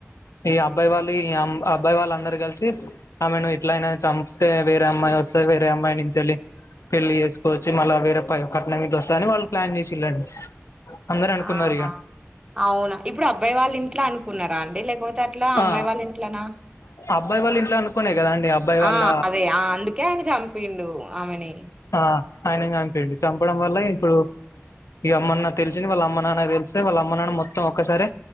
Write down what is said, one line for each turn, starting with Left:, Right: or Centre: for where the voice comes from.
Left: ఈ అబ్బాయి వాళ్ళు ఈ అబ్బాయి వాళ్ళ అందరు కలిసి ఆమెను ఎట్ల అయినా చంపితే వేరే అమ్మాయి వస్తే వేరే అమ్మాయి నుంచి వెళ్ళి పెళ్ళలి చేసుకోవచ్చు మళ్ళా వేరే ప పట్నంట్లో వస్తా అని వాళ్ళు ప్లాన్ చేసిళ్ళండి అందరు అనుకున్నారు
Right: ఆహా
Left: ఇక
Right: అవునా ఇప్పుడు అబ్బాయి వాళ్ళు ఇంట్లో అను ఉన్నర అండి లేకపోతే అట్లా అమ్మాయి
Left: ఆ
Right: వాళ్ళ ఇంట్లనా
Left: అబ్బాయి వాళ్ళ ఇంట్లో అనుకునే కదా అండి అబ్బాయి వాళ్ళ
Right: ఆ అదే అందుకే ఆయన చంపిండు ఆమెనేలు
Left: ఆ ఆయన చంపండి చంపడం వల్ల ఇప్పుడు ఈ అమ్మన్న తెలిసినని వాళ్ళ అమ్మ నాన్న తెలిస్తే వాళ్ళ అమ్మ నాన్న మొత్తం ఒకక్కసారి